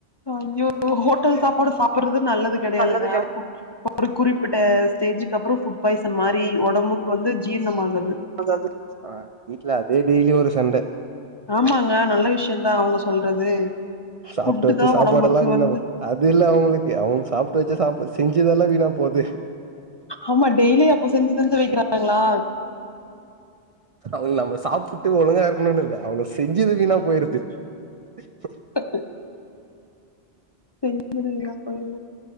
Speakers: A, on the left; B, on the right.
A: ஐயோ ஹோட்டல் சாப்பாடு சாப்புடுறது நல்லது கெடையாதுங்க
B: நல்லது கெடை
A: ஒரு குறிப்பிட்ட ஸ்டேஜீக்கு அப்புறொ ஃபுட் பாய்சன் மாரி ஒடம்புக்கு வந்து ஜீரணம் ஆகாது
B: ஆ‌காது ஆ வீட்ல அதே டெய்லி ஒரு சண்டே
A: ஆமாங்க நல்ல விஷயொதா அவங்க சொல்றது
B: சாப்ட்டு
A: ஃபுட்டு
B: வெச்ச
A: தா
B: சாப்பாட்டு
A: ஒடம்புக்கு
B: எல்லா வீணா
A: வந்து
B: போ அது இல்ல அவுங்ளுக்கு அவுங்க சாப்ட்டு வெச்ச சாப் செஞ்சதெல்லா வீணா போது
A: ஆமா டெய்லி அப்போ செஞ்சு செஞ்சி வைக்கிறாங்ளா
B: அவுங்ககு நம்ம சாப்புட்டு ஒழுங்கா இருக்கணுனு இல்ல அவுங்க செஞ்சது வீணா போயிருது <unintelligible>
A: <unintelligible> செஞ்சது வீணா போய்டுது